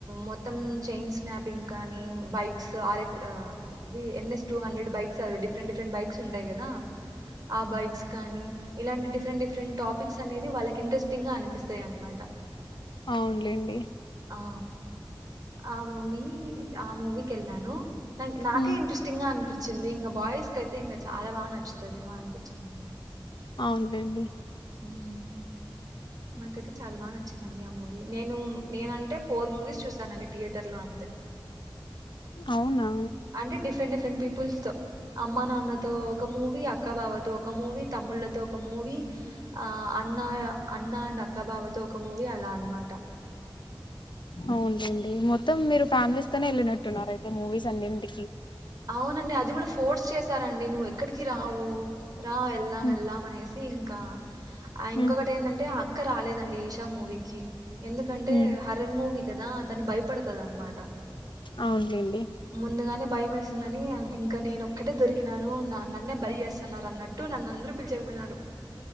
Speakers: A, on the right (about 40°); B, on the left (about 65°).
A: మొత్తం చైన్ స్నాపింగ్ కానీ బైక్ క్స్ ఆర్ ఎక్ అది N S two hundred bikes అవి డిఫరెంట్డిఫరెం బైక్స్ ఉంటయి కదా ఆ బైక్స్ కానీ ఇలాంటి డిఫెట్ డిఫరెంట్ టాపిక్స్ననేది వాళ్ళకి ఇంట్రెస్టిన్గా అనిపిస్తుంది తే అనమాట
B: అవునులేండి
A: ఆ ఆ మూవి ఆ మూవి కెల్నాను నా నాకే
B: ఉమ్
A: ఇంట్రెస్టింగా అనిపించ్ వచ్చింది ఇకా బాయ్స్ కయితే ఇంక చాలా బాగా నచ్చుతుదేమో అనిపించింది
B: అవునులేండి
A: హ్మ్మ్ నాకైతే చాలా బాగా నచ్చిందండి ఆ మూవీ నేను నేనంటే ఫోర్ మూవీస్ చూసానండి థియేట్ టర్లు అంది
B: అవునా
A: అంటే డిఫరెంట్ డిఫరెంట్ పీపుల్స్ తో అమ్మ నాన్నతో ఒక మూవీ అక్కాబావాతో ఒక మూవీ తమ్ముళ్లతో ఒక మూవీ ఆ అన్న అన్న అండ్ అక్కాబావతో ఒక మూవీ అలా అనమాట
B: అవునండి మొత్తం మీరు ఫ్యామిలీస్ తోనే వెళ్ళినట్టున్నారు అయితే మూవీస్ అన్నింటికి
A: అవునండి అది కూడా ఫోర్స్ చేశారండి నువ్వు ఎక్కడికి కి రావు రా ఎల్దం
B: ఉ
A: ఎల్దం అనేసి ఇంకా ఆ ఇంకొకటి
B: హ్మ్
A: ఏందంటే అ క్క రాలేదండి ఈషా మూవీకి ఎందుకంటే
B: హ్మ్
A: హర్రర్ మూవీ కదా తను భయపడుతది అన్మాట
B: అవునులేండి
A: ముందుగా నే భయమేస్ తుందని ఇంకా నేను ఒక్కటే దొరికినాను నన్నే బై చేస్సన్నారు అన్నట్టు నన్ను అందరూ పిలిచేకిపోయినారు.